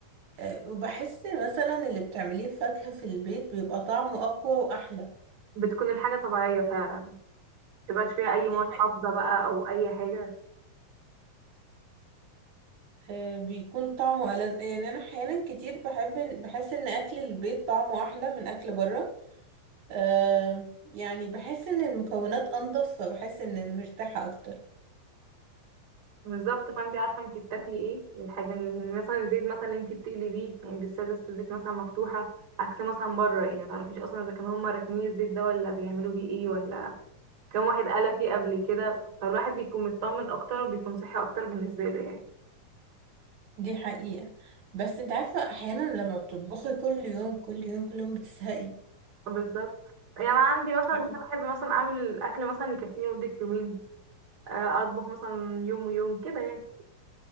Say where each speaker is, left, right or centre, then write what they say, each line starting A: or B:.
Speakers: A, on the right; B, on the right.
A: أه، وبحس مثلا اللي بتعمليه فاكهة في البيت بيبقى طعمه أقوى وأحلى
B: بتكون الحاجة طبيعية فعلا متبقاش فيها اي مواد
A: دي
B: حافظة بقى او اي حاجة
A: آه، بيكون طعمه ألذ يعني انا احيانا كتير بحب بحس ان اكل البيت طعمه احلى من اكل بره آه، يعني بحس ان المكونات انضف فبحس ان انا مرتاحة اكتر
B: بالظبط فانت عارفة انت بتاكلي ايه الحاجة اللي- مثلا الزيت مثلا انت بتقلبيه يعني لسه لسه الزيت مثلا مفتوحة عكس مثلا بره يعني متعرفيش اصلا اذا كانوا هما راكنين الزيت ده ولا بيعملوا بيه ايه ولا كام واحد قال فيه قبل كده فالواحد بيكون مطمن اكتر وبيكون صحي اكتر بالنسبه له يعني
A: دي حقيقة بس انت عارفة احيانا لما بتطبخي كل يوم كل يوم كل يوم بتزهقي
B: بالظبط يعني انا عندي مثلا
A: حقيقي.
B: هنا بحب مثلا اعمل اكل مثلا يكفيني مده يومين آه، اطبخ مثلا يوم ويوم كده يعني